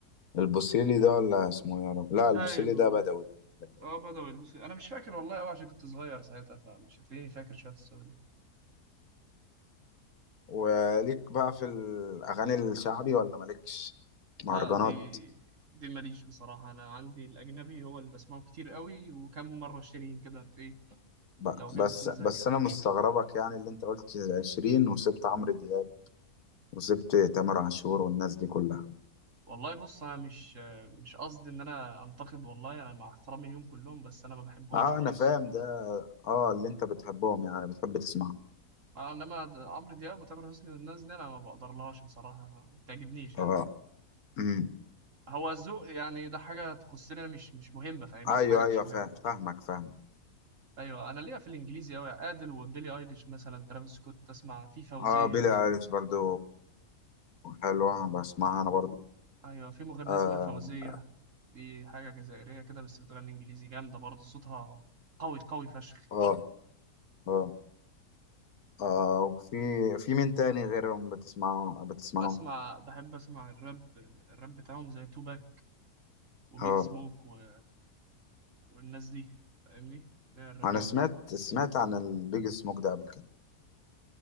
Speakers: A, on the left; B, on the right.
A: البوصيلي ده ولا اسمه إيه يا رب لا
B: باين
A: البوصيلي
B: والله
A: ده بدوي باين.
B: اه بدأوا يلبسوا انا مش فاكر والله قوي عشان كنت صغير ساعتها فمش هتلاقيني فاكر شويه في السعودي
A: وليك بقى في الاغاني الشعبي ولا مالكش
B: لا
A: مهرجانات
B: دي دي ماليش بصراحه انا عندي الاجنبي هو اللي بسمعه كتير قوي وكم مره شيرين كده في
A: بقى
B: لو جابت
A: بس
B: مزاج
A: بس
B: يعني
A: انا مستغربك يعني اللي انت قلت 20 وسبت عمرو دياب وسبت تامر عاشور والناس دي كلها
B: والله بص انا مش مش قصدي ان انا انتقد والله انا مع احترامي ليهم كلهم بس انا ما بحبهمش
A: اه
B: خالص
A: انا فاهم ده اه اللي انت بتحبهم يعني بتحب تسمعه
B: آه، انما د- عمرو دياب وتامر حسني والناس دي انا ما بقدرلهاش بصراحه ما ما بتعجبنيش
A: اه
B: يعني
A: امم
B: هو الذوق يعني ده حاجه تخصنا مش مش مهمه فاهمني
A: ايوه
B: حاجه مش
A: ايوه
B: مهمه
A: فاهم فاهمك فاهم
B: ايوه انا ليا في الانجليزي قوي ادل وبيلي ايليش مثلا ترافيس سكوت تسمع في فوزيه
A: اه بيلي ايليش برضو حلوة بسمعها انا برضو
B: ايوه في مغنيه
A: اه
B: اسمها فوزيه دي حاجه جزائريه كده بس بتغني انجليزي جامده برضه صوتها قوي قوي فشخ
A: اه اه, آه. وفي في مين تاني غيرهم بتسمعه بتسمعه
B: بسمع بحب اسمع الراب الراب بتاعهم زي توباك وبيج
A: اه
B: سموك و... والناس دي فاهمني لا الرابات
A: انا سمعت
B: دي
A: سمعت عن البيج سموك ده قبل كده